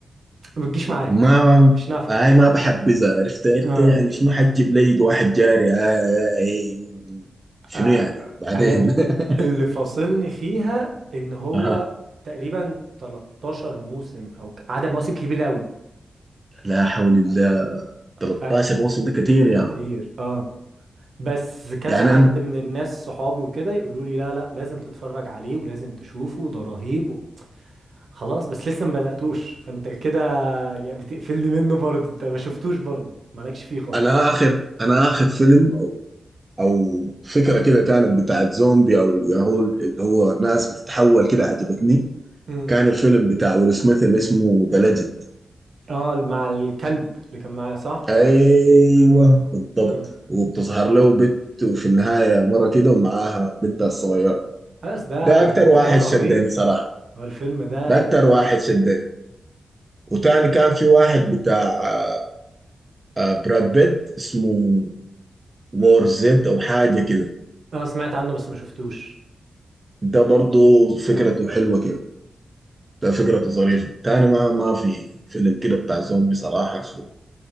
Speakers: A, on the right; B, on the right.
A: ما بتجيش معاك
B: ما
A: مش
B: هاي ما بحبذها عرفت انت
A: نافعة
B: يعني شنو حتجيب لي واحد جاري هاي شنو
A: آه،
B: يعني بعدين
A: انا ال-
B: <laughs>
A: اللي فاصلني فيها ان هو
B: أها
A: تقريبا 13 موسم او ك- عدد مواسم كبير قوي
B: لا حول
A: ف...
B: الله 13
A: ف...
B: موسم ده كتير
A: ك-
B: يا
A: كتير اه بس كذا
B: يعني
A: حد
B: انا
A: من الناس صحابي وكده يقولوا لي لا لا لازم تتفرج عليه ولازم تشوفه ده رهيب و... خلاص بس لسه ما بدأتوش فانت كده بتقفلني منه برضه انت ما شفتوش برضه مالكش فيه خالص
B: انا اخر انا اخر فيلم او او فكره كده كانت بتاعت زومبي او ياهو اللي هو ناس بتتحول كده عجبتني
A: امم
B: كان الفيلم بتاع ويل سميث اللي اسمه ذا ليجند
A: اه مع الكلب اللي كان معايا صح؟
B: ايوه
A: آه.
B: بالضبط
A: آه.
B: وبتظهر له بنت وفي النهايه مره كده ومعاها بنتها الصغيره
A: بس ده
B: ده اكتر واحد
A: ده رهيب
B: شدني صراحه
A: هو الفيلم ده
B: ده اكتر
A: تقيل
B: واحد شدني وتاني كان في واحد بتاع آه، آه، براد بيت اسمه
A: براد
B: وور
A: بيت
B: زد او حاجه كده
A: انا سمعت عنه بس ما شفتوش
B: ده برضو فكرته
A: مم.
B: حلوه كده ده فكرته ظريفة تاني ما ما في فيلم كده بتاع زومبي صراحة شو